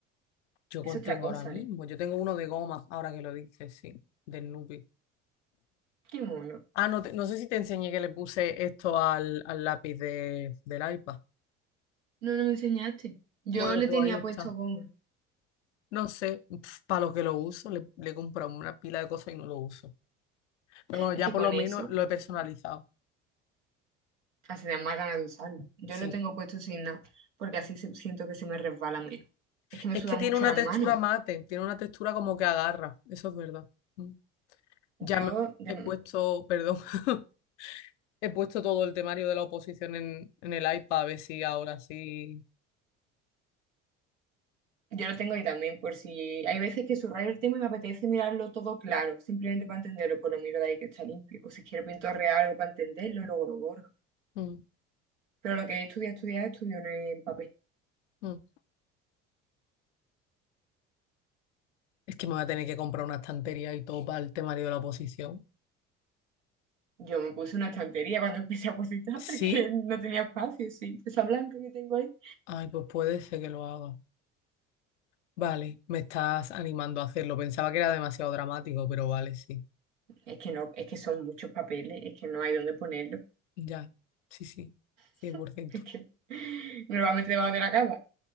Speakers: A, on the left; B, on the right.
A: Yo
B: Es
A: contengo
B: otra cosa,
A: ahora mismo.
B: ¿eh?
A: Yo tengo uno de goma, ahora que lo dices, sí, del Nupi.
B: Qué mono.
A: Ah, no, te- no sé si te enseñé que le puse esto al, al lápiz de, del iPad.
B: No, no me enseñaste. Yo
A: Bueno,
B: le
A: pues
B: tenía
A: ahí está.
B: puesto goma.
A: No sé, para lo que lo uso, le, le he comprado una pila de cosas y no lo uso. Pero bueno,
B: Es
A: ya
B: que
A: por
B: con
A: lo menos
B: eso
A: lo he personalizado.
B: hace da más ganas de usarlo. Yo
A: Sí.
B: lo tengo puesto sin nada, porque así se- siento que se me resbala menos. Es que me
A: Es
B: suda
A: que tiene
B: mucho
A: una
B: las
A: textura
B: manos.
A: mate, tiene una textura como que agarra. Eso es verdad. Mm.
B: Yo
A: Ya me
B: de-
A: he puesto, perdón, <laughs> He puesto todo el temario de la oposición en, en el iPad a ver si ahora sí.
B: Yo lo tengo ahí también, por si hay veces que subrayo el tema y me apetece mirarlo todo claro, simplemente para entenderlo, por lo miro de ahí que está limpio. O si quiero pintorrear algo para entenderlo, luego lo borro.
A: Mm,
B: Pero lo que he estudiado, estudiado, estudio no en papel.
A: mm. Es que me voy a tener que comprar una estantería y todo para el temario de la oposición.
B: Yo me puse una estantería cuando <laughs> empecé a cositar
A: Sí,
B: porque no tenía espacio, sí. Esa blanca que tengo ahí.
A: ay, pues puede ser que lo haga. Vale, me estás animando a hacerlo. Pensaba que era demasiado dramático, pero vale, sí.
B: Es que no, es que son muchos papeles, es que no hay dónde ponerlo.
A: Ya, sí, sí, cien
B: <laughs>
A: por ciento.
B: Es que me lo voy a meter debajo de la cama.